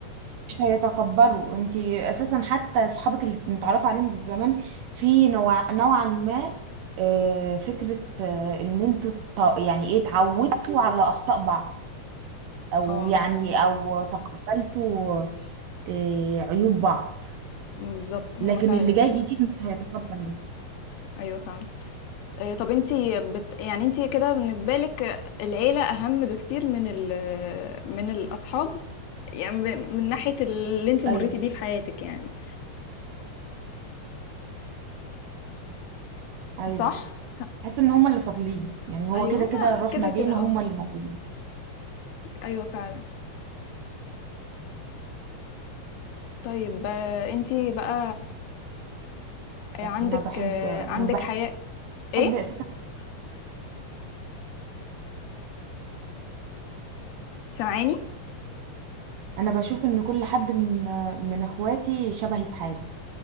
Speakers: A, on the right; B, on the left.
A: مش هيتقبلوا انتي اساسا حتى اصحابك اللي متعرف عليهم من زمان في نوع نوعا ما آه، فكرة آه، ان انتوا ت- يعني ايه اتعودتوا على اخطاء بعض او
B: اه
A: يعني او تقبلتوا آه، عيوب بعض
B: بالظبط هم
A: لكن
B: فعلا
A: اللي جاي جديد مش هيتقبل ده
B: ايوه فعلا إيه، طب انتي بت... يعني انتي كده بالنسبه لك العيله اهم بكتير من ال... من الاصحاب يعني ب- من ناحيه اللي انتي مريتي
A: ايوه
B: بيه في حياتك يعني
A: ايوه
B: صح
A: حس ان هما اللي فاضلين يعني هو
B: ايوه
A: كده
B: هما
A: كده رحنا
B: كده كده
A: جينا
B: اه
A: هما اللي موجودين
B: ايوه فعلا طيب آه، انتي بقى آه، عندك
A: انا بحب
B: آه،
A: انا
B: عندك
A: بحب
B: حياة ايه
A: اساسا
B: سامعاني
A: انا بشوف ان كل حد من من اخواتي شبهي في حاجه